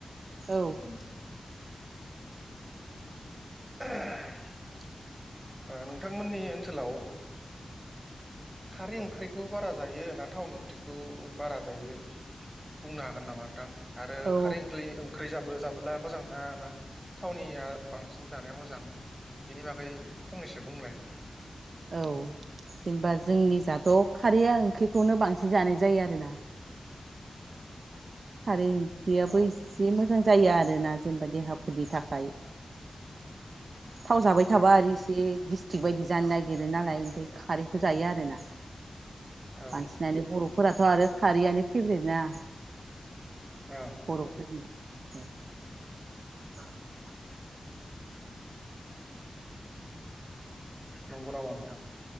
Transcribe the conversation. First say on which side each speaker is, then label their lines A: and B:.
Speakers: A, on the right (about 70°); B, on the right (about 15°).
A: औ
B: उम <inaudible> नोंथांमोननि ओनसोलाव खारै ओंख्रिखौ बारा जायो ना थावनि ओंख्रिखौ बारा जायो बुंनो हागोन नामा नोंथां? आरो
A: औ
B: खारै ओंख्लि ओंख्रि जाबो जा ब्ला मोजां नङा ना थावनिया बांसिन जानाया मोजां बेनि बागै फंनैसो बुंलाय नोंथां
A: औ जेनेबा जोंनि हाथ' खारैया ओंख्रिखौनो बांसिन जानाय जायो आरो ना खारै बेयाबो
B: औ
A: एसे मोजां जायो आरोना जेनेबा देहाफोरनि थाखाय। थाव जाबाय थाबा
B: औ
A: आरो इसे गिस्टिक बायदि जानो नागिरो नालाय ओमफ्राय खारैखौ जायो आरोना।
B: औ
A: बांसिनानो बर'फोराथ' आरो खारैआनो फेभ्रेटना
B: औ
A: बर'फोरनिया औ <inaudible>
B: नंगौ नामा नोंथां